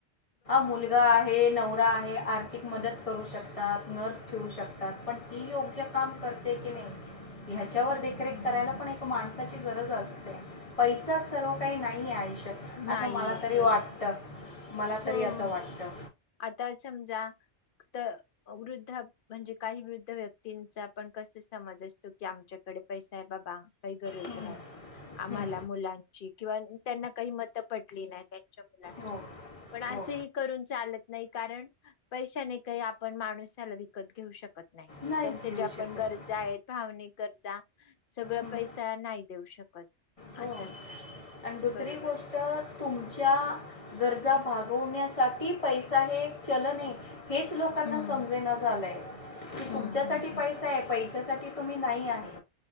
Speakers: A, on the left; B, on the left.
A: मुलगा आहे नवरा आहे आर्तीिक मदत करू शकतात नर्स ठेवू शकतात पण ती योग्य काम करते की नाही ह्याच्यावर देखरेख
B: हम्म.
A: करायला पण एक माणू ची गरज असते पैसाच सर्व काही नाही आहे आयुष्यत
B: नाही
A: असं मला
B: आहे
A: तरी
B: बरोबर
A: वाटतं मला तरी
B: हो.
A: असं वाटतं
B: आता समजा तर वृद्ध म्हणजे काही वृद्ध व्यक्तींचा आपण कस समज असतो की आमच्याकडे पैसा आहे बाबा काही गरज
A: हम्म.
B: नाही आम्हाला
A: हं,
B: मुलांची किंवा त्यांना काही मतं पटली नाही. चगला.
A: हो
B: पण असेही
A: हो
B: करून चालत नाही कारण पैशाने काही आपण माणूसाला विकत घेऊ शकत. नाही
A: नाहीच
B: त्यांच्या
A: घेऊ
B: ज्या आपण
A: शकत
B: गरजा आहेत भावनिक गरजा सगळं
A: हं,
B: पैसा नाही देऊ शकत.
A: हो
B: असं
A: आणि
B: असतं
A: दुसरी
B: बरोबर
A: गोष्ट.
B: आहे
A: तुमच्या गरजा भागवण्यासाठी पैसा हे एक चलन आहे. हेच लोकांना
B: हम्म
A: समजना झालंय की
B: हम्म
A: तुमच्यासाठी
B: हम्म हम्म
A: पैसे. पैशासाठी तुम्ही नाही आहे